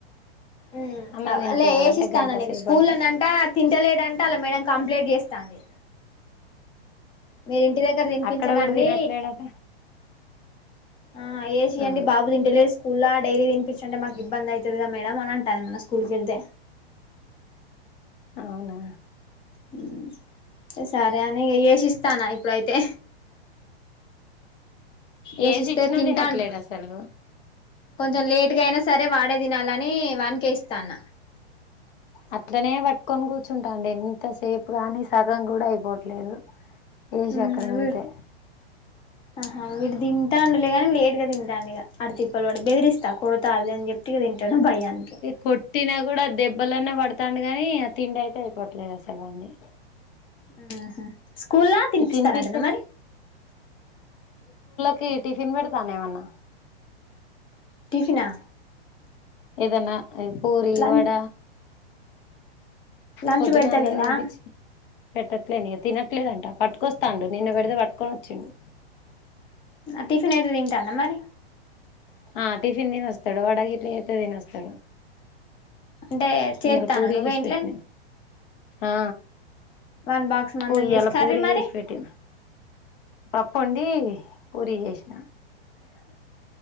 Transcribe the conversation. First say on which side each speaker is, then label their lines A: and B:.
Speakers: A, on the left; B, on the left.
A: ఉమ్
B: అన్నం
A: ఆహ్
B: తినిపియాలంటే
A: లే ఎసిస్తాను
B: గంట
A: నేను
B: సేపు
A: స్కూల్నంట
B: పడుతది
A: తింటలేడంట అలా మేడం. కంప్లీంట్ చేస్తాంది. మీరి ఇంటి దగ్గర తినిపించకండి.
B: అక్కడ కూడా తినట్లేడట
A: ఆహ్ ఏసియ్యండి
B: ఆ
A: బాబు తింటలేడు స్కూలా. డైలీ తినిపించలంటే మాకు ఇబ్బంది అయితది కదా మేడం అంటాది మనం స్కూల్కి వెళ్లితే.
B: అవునా.
A: ఉమ్ సరే అని ఇంకా ఎసిస్తాన్న ఇప్పుడైతే. ఏశిస్తే
B: ఏసి ఇచ్చినా
A: తింటాను.
B: తినట్లేడు అసలు
A: కొంచెం లేట్గా అయినా సరే వాడే తినాలని వానికే ఇస్తాన్న.
B: అట్లనే పట్టుకొని కూర్చుంటాండు ఇంతసేపుగానీ సగం కూడా అయిపోవట్లేదు. ఏసి
A: ఉహు
B: అక్కడ పెడితే.
A: వీ ఆహా వీడు తింటాండులేగాని లేట్గా తింటాండు ఇక అడు తిప్పలు వాడి బెదిరిస్తా కొడతా అది అని చెప్పి ఇగ తింటాడు. భయానికి
B: కొట్టిన కూడా దెబ్బలన్న పాడు. తండుగాని తిండి అయితే అయిపోవట్లేదు అసలు అన్నీ.
A: ఆహ్ స్కూల్లా తినిపిస్తారంటాన
B: తినిపిస్తేనే
A: మరి.
B: కి టిఫిన్ పెడతానేమన్నా.
A: టిఫినా.
B: ఏదన్నా ఆహ్ పూరి
A: లం
B: వడ.
A: లంచ్
B: పొద్దున్న
A: పెడతలేవా
B: అన్నం తినిపించి పెట్టట్లేని తినట్లేదంట పట్టుకొస్తాండు నిన్ను కూడా పట్టుకొని వచ్చిండు
A: టిఫిన్ అయితే తింటండ మరి
B: ఆ టిఫిన్ తినేస్తాడు వడగిట్ల అయితే తినేస్తాడు
A: అంటే చేత్తానా
B: ఇయల పూరి
A: నువ్వే
B: చేసి
A: ఇంట్లే
B: పెట్టిన ఆ
A: వన్ బాక్స్ మందం
B: పూ ఈయల
A: చేసి కర్రీ
B: పూరి
A: మరి
B: చేసి పెట్టిన పప్పు వండి పూరి చేసిన